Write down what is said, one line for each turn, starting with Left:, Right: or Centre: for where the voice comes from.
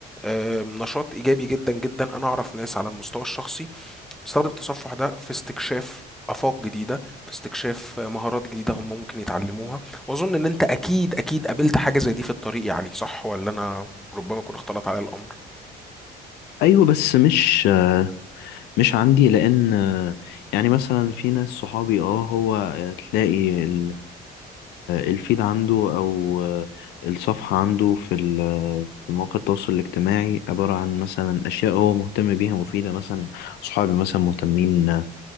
Centre: آم، نشاط ايجابي جدا جدا انا اعرف ناس على المستوى الشخصي تستخدم التصفح ده في استكشاف افاق جديده في استكشاف آه، مهارات جديده هم ممكن يتعلموها واظن ان انت اكيد اكيد قابلت حاجه زي دي في الطريق يا علي صح ولا انا ربما يكون اختلط على الامر
Left: ايوه بس مش آه، مش عندي لان آه، يعني مثلا في ناس صحابي اه هو تلاقي ال- الفيد عنده او آه، الصفحة عنده في ال- في مواقع التواصل الاجتماعي عبارة عن مثلا اشياء هو مهتم بيها مفيدة مثلا صحابي مثلا مهتمين